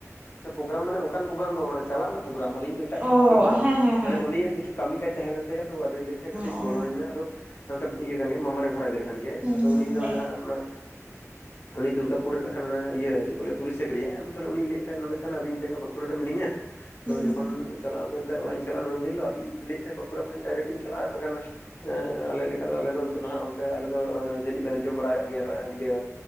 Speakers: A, on the left; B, on the right.
A: ᱟᱫᱚ ᱯᱚᱜᱮᱨᱟᱢ ᱢᱟᱱᱮ ᱚᱸᱠᱟᱱ ᱯᱚᱜᱮᱲᱟᱢ ᱫᱚ ᱵᱟᱝ ᱢᱟᱱᱮ ᱪᱟᱞᱟᱜ ᱨᱮᱱᱟᱜ ᱯᱚᱜᱮᱨᱟᱢ ᱟᱹᱞᱤᱧ ᱫᱚ, ᱮᱴᱟᱜ
B: ᱚ
A: ᱠᱤᱪᱷᱩ ᱯᱨᱳᱜᱨᱟᱢ ᱫᱚ ᱵᱟᱝ
B: ᱦᱮᱸ ᱦᱮᱸ ᱦᱮᱸᱜ,
A: ᱢᱟᱱᱮ ᱩᱱᱤᱭᱟᱜ ᱠᱤᱪᱷᱩ ᱠᱟᱹᱢᱤ ᱠᱟᱡ ᱛᱟᱦᱮᱸ ᱞᱮᱱ ᱛᱟᱭᱟ ᱛᱚ ᱟᱫᱚᱭ ᱞᱟᱹᱭᱮᱫ ᱛᱟᱦᱮᱸᱜ ᱠᱟᱹᱴᱤᱡ
B: ᱚ
A: ᱜᱚᱲᱚᱣᱟᱹᱧ
B: ᱚ
A: ᱢᱮ ᱟᱫᱚ ᱱᱚᱰᱮᱵ ᱤᱭᱟᱹᱠᱟᱱ ᱜᱮᱭᱟᱭ ᱢᱟᱢᱟᱨᱮᱱ ᱠᱚᱲᱟ ᱜᱤᱫᱽᱨᱟᱹ ᱠᱟᱱ ᱜᱮᱭᱟᱭ
B: ᱦᱩᱸ
A: ᱟᱫᱚ
B: ᱦᱩᱸ
A: ᱩᱱᱤ ᱫᱚ
B: ᱦᱩᱸ
A: ᱱᱟᱦᱟᱜ ᱚᱱᱟ ᱩᱱᱤ ᱫᱩᱨᱜᱟᱯᱩᱨ ᱨᱮ ᱨᱮᱱᱟᱜ ᱠᱷᱟᱱ ᱚᱱᱟ ᱤᱭᱟᱹ ᱪᱮᱫ ᱠᱚ ᱞᱟᱹᱭᱟ ᱯᱩᱞᱤᱥ ᱪᱟᱹᱠᱨᱤᱭᱟᱭ ᱟᱫᱚ ᱛᱟᱦᱚᱞᱮ ᱩᱱᱤ ᱞᱟᱹᱭᱮᱫ ᱛᱟᱦᱮᱸᱫ ᱱᱚᱰᱮ ᱛᱟᱦᱮᱸᱱᱟᱭ ᱟᱫᱩᱧ ᱢᱮᱛᱟᱭ ᱠᱟᱱᱟ ᱵᱟᱸᱠᱩᱲᱟ ᱨᱮ ᱢᱤᱱᱟᱹᱧᱟ᱾
B: ᱦᱩᱸ
A: ᱛᱚ
B: ᱦᱩᱸ
A: ᱡᱚᱠᱷᱚᱱ
B: ᱦᱩᱸ
A: ᱪᱟᱞᱟᱜ ᱟᱫᱚᱭ ᱞᱟᱹᱭ ᱮᱫᱟ ᱚᱲᱟᱜ ᱤᱧ ᱪᱟᱞᱟᱜᱼᱟ, ᱱᱩᱱᱫᱤᱱ ᱦᱤᱞᱳᱜ ᱟᱫᱩᱧ ᱞᱟᱹᱭᱮᱫ ᱛᱟᱦᱮᱸᱫ ᱵᱟᱸᱠᱩᱲᱟ ᱠᱷᱚᱱᱤᱧ ᱰᱟᱭᱨᱮᱠᱴ ᱤᱧ ᱪᱟᱞᱟᱜᱼᱟ ᱤᱱᱟᱹᱠᱷᱟᱱ ᱮᱸ ᱟᱞᱮ ᱞᱮᱠᱟ ᱫᱚ ᱟᱞᱮ ᱫᱚ ᱱᱤᱛᱚᱜ ᱱᱟᱦᱟᱜ ᱚᱱᱛᱮ ᱟᱞᱮ ᱫᱚ ᱡᱟᱹᱱᱤᱡ ᱵᱤᱱ ᱟᱸᱡᱚᱢ ᱵᱟᱲᱟ ᱟᱠᱟᱜ ᱜᱮᱭᱟ ᱟᱨ ᱟᱺᱰᱤᱭᱟᱹ